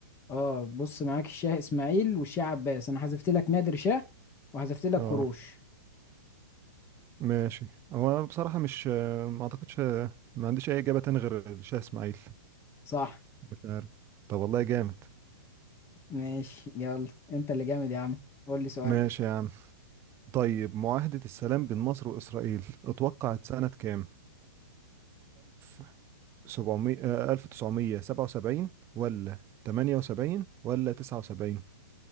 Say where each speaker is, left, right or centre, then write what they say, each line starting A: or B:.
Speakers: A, on the left; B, on the right.
A: اه بص معاك الشاه اسماعيل والشاه عباس انا حذفت لك نادر شاه وحذفت لك
B: اه
A: كروش
B: ماشي هو انا بصراحة مش آه، ما اعتقدش آه، ما عنديش اي اجابة تاني غير الشاه اسماعيل
A: صح
B: مش عارف طب والله جامد
A: ماشي يلا انت اللي جامد يا عم قول لي سؤالك
B: ماشي يا عم طيب معاهدة السلام بين مصر وإسرائيل اتوقعت سنة كام؟ 1700 آه، 1977 ولا 78 ولا 79